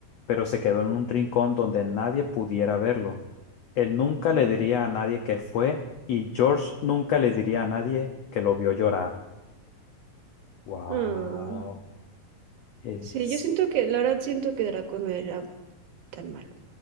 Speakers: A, on the left (about 90°); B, on the right (about 70°).
A: pero se quedó en un rincón donde nadie pudiera verlo. Él nunca le
B: Ujú.
A: diría a nadie que fue y George nunca le diría a nadie que lo vio llorar. Wow.
B: Ah,
A: Es-
B: Sí, yo siento que, la verdad siento que Draco no era tan malo.